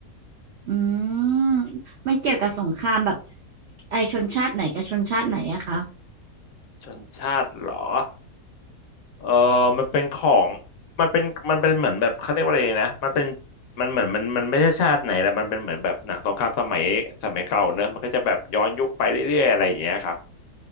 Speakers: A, on the right (about 85°); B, on the left (about 70°).
A: อืมมันเกี่ยวกับสงครามแบบไอชนชาติไหนกับชนชาติไหนอะคะ
B: ชนชาติเหรอเออมันเป็นของมันเป็นมันเป็นเหมือนแบบเขาเรียกว่าอะไรนะมันเป็นมันเหมือนมันมันไม่ใช่ชาติไหนแหละมันเป็นเหมือนแบบหนังสงครามสมัยสมัยเก่าเนอะมันก็จะแบบย้อนยุคไปเรื่อยๆอะไรอย่างเงี้ยครับ